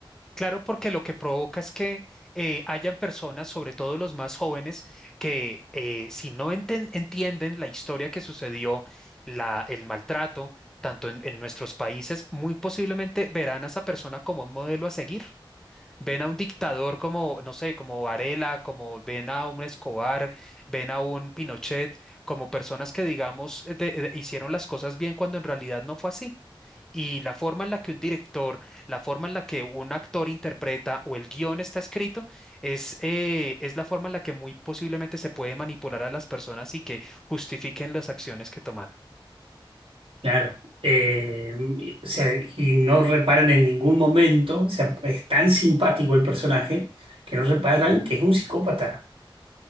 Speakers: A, in the centre; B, on the right.
A: Claro, porque lo que provoca es que eh, hayan personas, sobre todo los más jóvenes, que eh, si no enten- entienden la historia que sucedió, la, el maltrato, tanto en, en nuestros países, muy posiblemente verán a esa persona como un modelo a seguir. Ven a un dictador como, no sé, como Varela, como ven a un Escobar, ven a un Pinochet, como personas que, digamos, de- de- eh, hicieron las cosas bien cuando en realidad no fue así. Y la forma en la que un director, la forma en la que un actor interpreta o el guión está escrito, es, eh, es la forma en la que muy posiblemente se puede manipular a las personas y que justifiquen las acciones que toman.
B: claro. Eh, y- o sea, y no reparan en ningún momento, o sea, es tan simpático el personaje que no reparan que es un psicópata,